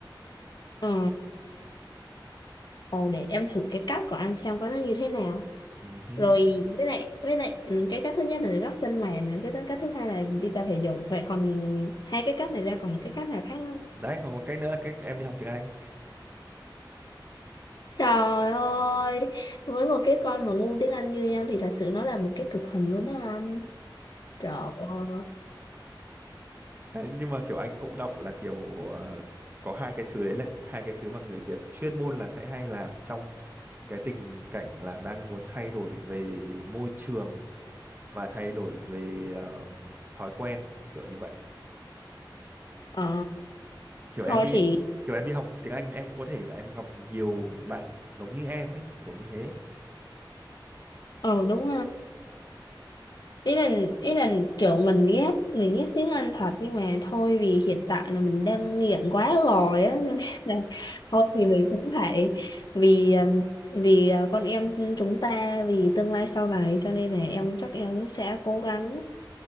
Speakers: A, on the left; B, on the right.
A: Ờ. Ồ để em thử cái cắt của anh xem có nó như thế nào.
B: Ừ hứ.
A: rồi với lại với lại ừ, cái cách thứ nhất là gấp chân mày này cái cách thứ hai là đi tập thể dục vậy còn hai cái cách này ra còn cái cách nào khác không
B: đấy còn một cách nữa là cách em đi học tiếng Anh
A: trời ơi với một cái con mà ngu tiếng Anh như em thì thật sự nó là một cái cực hình luôn đó anh trời ơi
B: Đấy, nhưng mà kiểu anh cũng đọc là kiểu ờ, có hai cái thứ đấy là hai cái thứ mà người Việt chuyên môn là sẽ hay làm trong cái tình cảnh là đang muốn thay đổi về môi trường và thay đổi về ờ, thói quen kiểu như vậy.
A: ờ
B: Kiểu em
A: thôi
B: đi
A: thì
B: kiểu em đi học tiếng Anh em cũng có thể là em gặp nhiều bạn giống như em ấy, kiểu như thế.
A: ờ đúng ý là ý là kiểu mình ghét mình ghét tiếng Anh thật nhưng mà thôi vì hiện tại là mình đang nghiện quá rồi á cho nên là thôi thì mình cũng phải vì um, vì uh, con em chúng ta vì tương lai sau này cho nên là em chắc em cũng sẽ cố gắng